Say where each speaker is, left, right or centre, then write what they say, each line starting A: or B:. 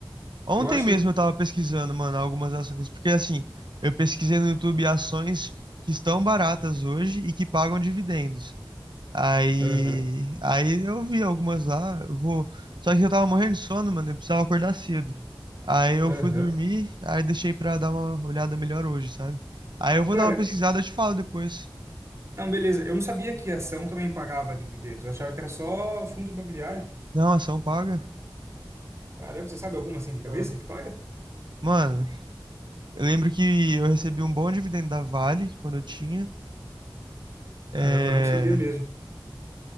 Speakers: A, on the right (about 65°); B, on the right (about 35°).
A: Ontem
B: Eu acho
A: mesmo
B: que eu...
A: eu tava pesquisando, mano, algumas ações, porque assim, eu pesquisei no YouTube ações que estão baratas hoje e que pagam dividendos. Aí,
B: Aham,
A: aí eu vi algumas lá, eu vou, só que eu tava morrendo de sono, mano, eu precisava acordar cedo. Aí eu
B: aham.
A: fui dormir, aí deixei pra dar uma olhada melhor hoje, sabe? Aí eu vou
B: Cara,
A: dar uma pesquisada, eu te falo depois.
B: Não, beleza. Eu não sabia que a ação também pagava dividendos. Eu achava que era só fundo imobiliário.
A: Não, ação paga?
B: Caramba, você sabe alguma assim de
A: Da
B: cabeça
A: hora.
B: que paga?
A: Mano, eu lembro que eu recebi um bom dividendo da Vale quando eu tinha. é,
B: Caramba, eu não sabia mesmo.